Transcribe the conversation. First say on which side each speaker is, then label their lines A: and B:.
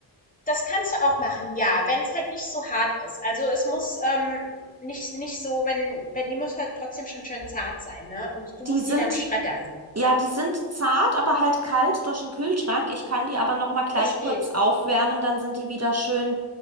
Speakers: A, on the left (about 20°); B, on the right (about 35°).
A: Das kannst du auch machen, ja, wenn es halt nicht so hart ist. Also, es muss, ähm, nicht nicht so wenn wenn die muss halt trotzdem schon schön zart sein, ne? Und du musst
B: Die sind,
A: die dann schreddern.
B: ja, die sind zart, aber halt kalt durch den Kühlschrank. Ich kann die aber noch mal gleich
A: Das
B: kurz
A: geht.
B: aufwärmen, dann sind die wieder schön,